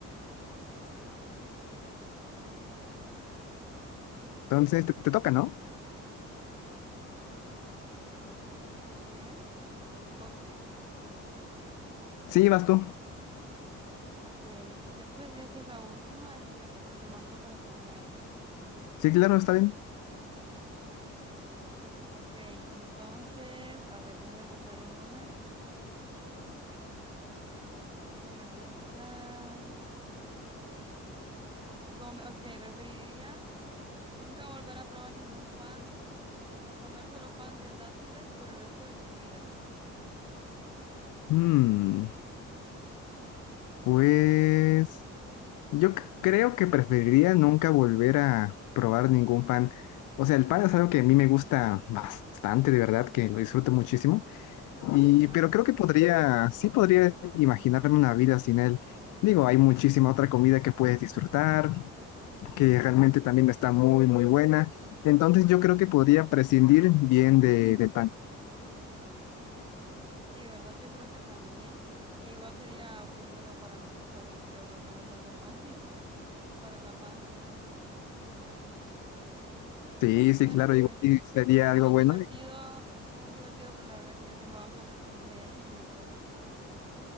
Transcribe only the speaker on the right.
Dime. Bu-
ok, te puse si esta es la última, es que ya me están llamando para comer.
Ok, entonces, a ver, déjame pensar en una. Déjame pensar. Come, ok, ¿preferirías nunca volver a probar ningún pan o comer solo pan de dátiles por el resto de tu vida?
Ajá.
Sí, ¿verdad? Yo creo que también. E igual sería, pues bueno, para nuestra salud, creo, no comer tanto pan <laughs> para la panza.
Bueno,
pues
fue
muy
divertido,
fue muy divertido, pero la verdad que ya tengo hambre, así que <laughs> nos vemos.